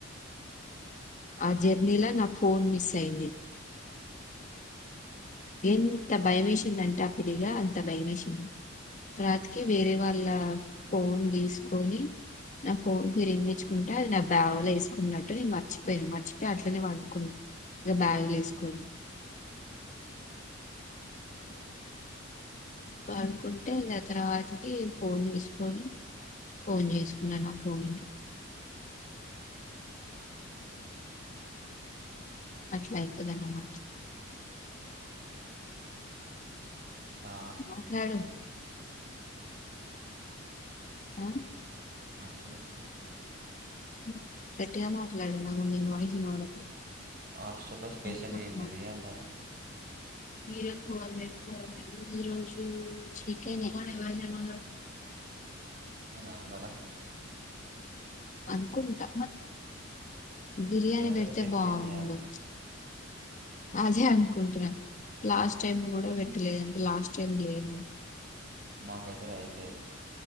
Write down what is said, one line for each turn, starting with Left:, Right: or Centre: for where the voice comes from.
Left: ఆ జర్నీలో నా ఫోన్ మిస్ అయింది ఎంత భయమ వేసింది అంటే అప్పుడుక అంత భయ వేసింది రాతికి వేరే వాళ్ళ ఫోన్ తీసుకొని నా ఫోన్కి రేం నేర్చుకుంటే అది నా బావలో వేసుకున్నట్టు నేను మర్చిపోయాను మర్చిపోయి అట్లానేేను అనుకున్నా బ్యాగ్ లేసుకొని
Right: <unintelligible>
Left: అనుకుంటే ఇ తర్వాతకి
Right: అంటే
Left: ఫోన్
Right: ఇగ
Left: తీసుకొని
Right: టెంపరేచర్
Left: ఫోన్ చేసుకున్నా నా ఫోన్ అట్లా అతుందన్నమాట
Right: ఏదా హాస్టల్
Left: మాట్లాడు
Right: <unintelligible> మరి
Left: ఆ
Right: అసలు స్పెషల్ <unintelligible>
Left: <unintelligible>
Right: హాస్టల్లో
Left: వినపడట్లే
Right: స్పెషల్ ఏంటిది అంటాను
Left: మీర ఫో ఫన్ రోజు చె ఎవాజ మా
Right: చికెన్ ఆ <unintelligible>
Left: అనుకుంటా బిర్యానీ
Right: చికెనా
Left: పెడితే
Right: లేదా బిర్యానీయా
Left: బాగుండు అది <unintelligible> లాస్ట్ టైం కూడ పెట్టలేదుంటే లాస్ట్ టైమ్ లేముకు
Right: మాకైతే రయితే